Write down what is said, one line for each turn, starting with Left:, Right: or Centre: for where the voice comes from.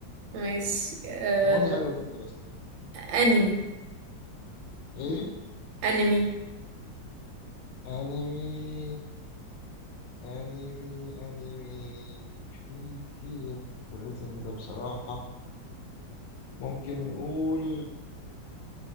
Right: ماشي آه...
Left: رمادي حلو برضه بس
Right: انمي
Left: إيه
Right: انمي
Left: أنيمي أنيمي أنيمي في كتير في الريتنج ده بصراحة ممكن نقول